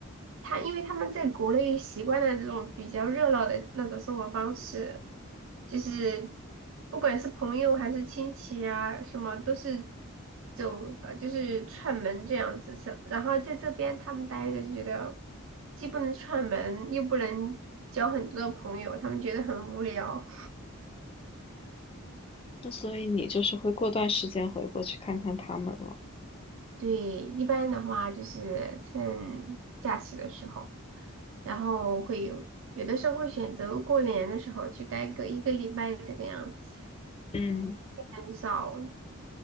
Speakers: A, on the right (about 60°); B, on the left (about 25°).
A: 他因为他们在国内习惯了这种比较热闹的那种生活方式，就是不管是朋友还是亲戚啊，什么都是走呃就是串门这样子是。然后在这边他们待着就觉得既不能串门，又不能交很多的朋友，他们觉得很无聊。
B: 那所以你就是会过段时间回国去看看他们了。
A: 对，一般的话就是趁假期的时候，然后会有有的时候会选择过年的时候去待个一个礼拜这个样子，
B: 嗯，
A: 很少，